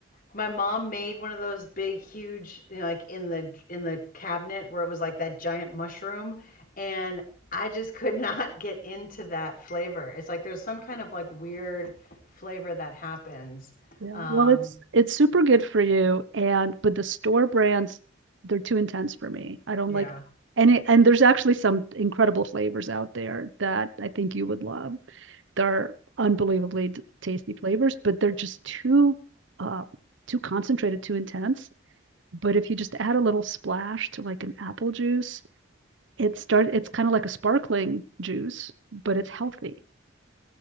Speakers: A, on the left (about 45°); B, on the right (about 65°).
A: My mom made one of those big, huge, you know, like in the in the cabinet where it was like that giant mushroom, and I just could <laughs> not get into that flavor. It's like there's some kind of like weird flavor that happens.
B: Yeah,
A: Um,
B: well, it's it's super good for you and but the store brands they're too intense for me. I don't
A: yeah.
B: like any and there's actually some incredible flavors out there that I think you would love. They're unbelievably d- tasty flavors, but they're just too uh too concentrated, too intense. But if you just add a little splash to like an apple juice, it start it's kind of like a sparkling juice, but it's healthy.